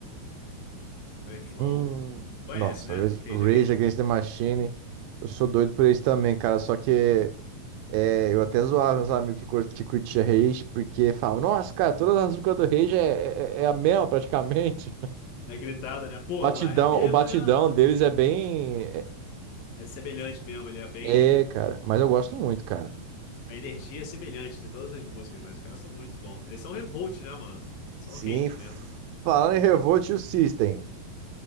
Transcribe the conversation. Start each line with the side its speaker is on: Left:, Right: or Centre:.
Left: Meu irmão,
Right: Hum,
Left: conhece,
Right: nossa,
Left: né?
Right: Rage
Left: Rage
Right: Rage
Left: Against
Right: Against the Machine. Eu sou doido por eles também, cara. Só que É, eu até zoava meus amigos que curti- curtia Rage, porque falavam, nossa, cara, todas as músicas do Rage é, é, é a mesma praticamente.
Left: É gritada, né?
Right: <laughs>
Left: Pô,
Right: Batidão,
Left: não é a mesma,
Right: o batidão
Left: mesmo, não. né?
Right: deles é bem.
Left: É semelhante mesmo, ele é bem.
Right: É, é, cara, mas eu gosto muito, cara.
Left: A energia é semelhante de todas as músicas, mas os caras são muito bons. Eles são revolt, né, mano? São
Right: Sim,
Left: hate
Right: f-
Left: mesmo.
Right: falando em Revolt e o System.